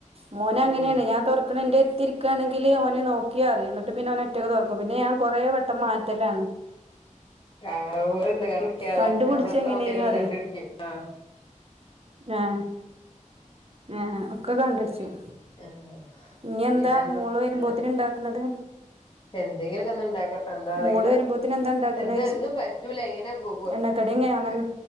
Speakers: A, on the right; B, on the left.
A: മോന് അങ്ങനെയാണ്
B: ഉം
A: ഞാൻ തൊറക്കണേന്റെ എത്തിരിക്കാണെങ്കില് ഓന് നോക്കിയാറിയും എന്നിട്ട് പിന്നെ ഓന മറ്റക്കെ തോർക്കും പിന്നെ ഞാൻ കൊറെ വെട്ടം മാറ്റലാണ്
B: ആഹ് <unintelligible> കണ്ടുപിടിക്കാനുള്ളെ
A: കണ്ടുപിടിച്ച്
B: നമ്മളെത്ര
A: എങ്ങനെലും
B: മാറ്റിയാലും ഓല്
A: അറിയും
B: കണ്ടു പിടിക്കും ആഹ്
A: ആഹ് ആഹ് ഒക്കെ കണ്ടുടിച്ചും
B: പി ആഹ്
A: ഇനി എന്താ
B: പിന്നെന്ത്
A: മോള് വരുമ്പോത്തിന്
B: അല്ല
A: ഇണ്ടാക്കണത്
B: എന്തെങ്കിലൊക്കെ ഒന്ന് ഇണ്ടാക്കട്ടെ എന്താ അറിയൂല്ല
A: മോള് വരുമ്പോത്തിന് ഇണ്ടാക്കണ
B: എന്താ
A: ചോയ്ച്ച
B: ഒന്നും പറ്റൂലാ എങ്ങനെ <unintelligible>
A: എണ്ണക്കടി എങ്ങനെ അങ്ങനെ